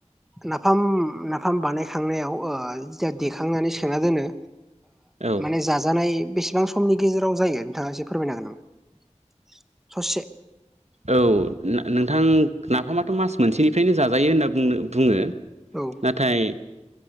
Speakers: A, in the centre; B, on the right.
A: नाफाम नाफाम बानायखांनायाव दा देखांनानै सोना दोनो
B: औ
A: माने जा जानाय बेसेबां समनि गेजेराव जायो। थाखाय एसे फोरमायनो हागोन नामा ससे
B: औ नोंथां नाफामाथ' मास मोनसेनिफ्रायनो जा जायो होनना बुङो।
A: औ
B: नथाय